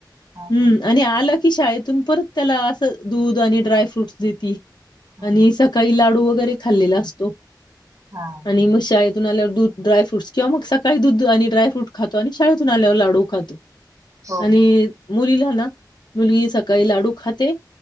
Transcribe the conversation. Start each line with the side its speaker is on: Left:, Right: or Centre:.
Right: हा
Left: हम्म
Right: हा
Left: आणि आलं की शाळेतून परत त्याला असं दूध आणि ड्राय फ्रूट्स देते.
Right: हा हा
Left: आणि सकाळी लाडू वगैरे खाल्लेला असतो
Right: हा.
Left: आणि मग शाळ. ून आल्या दू ड्रायफ्रट किंवा मग सकाळी दूध आणि ड्राय्रूट खातो आणि शाळेतून आल्यावर लाडू खातो.
Right: हो
Left: आणि
Right: हो
Left: मुलीला ना मुलगी सकाळी लाडू खाते.